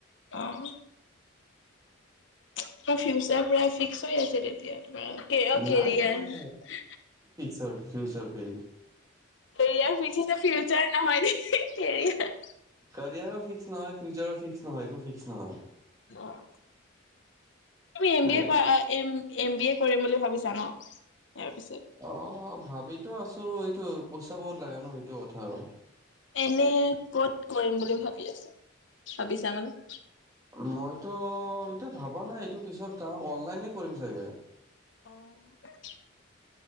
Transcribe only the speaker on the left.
অ' তোমাৰ ফিউচাৰ পুৰা ফিক্স হৈ আছে দে <unintelligible> অ' কেৰিয়াৰ।
কেৰিয়াৰ পিছতে ফিউচাৰ নহয় দেই, কেৰিয়াৰ।
অ'। তুমি এম বি এ
কৰা, এম এম বি এ কৰিম বুলি ভাবিছা ন', ইয়াৰ পিছত
এনে ক'ত কৰিম বুলি ভাবি আছা, ভাবিছা মানে।
অ'।